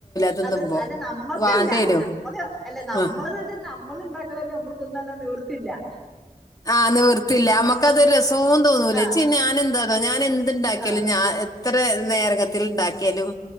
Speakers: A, on the left; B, in the centre.
A: തിന്നുമ്പോ
B: അത് അല്ല നമ്മാക്കല്ലാ
A: വാണ്ടേനു
B: നമ്മള് അല്ല നമ്മള്
A: ആ
B: ഇത് നമ്മ നമ്മള ഇണ്ടാക്ക്ന്നത് നമ്മള് തിന്നാല്ല നിവർത്തില്ലാ
A: ആാ നിവർത്തില്ല ഞമ്മക്ക് അത് രെസോം തോന്നൂല്ലാ
B: ആ
A: ച്ച് ഞാന് എന്താ ആ ഞാൻ എന്ത് ഇണ്ടാക്കിയാലും
B: ആ
A: ഞാ നേരകത്തിൽ ഇണ്ടാക്കിയാലും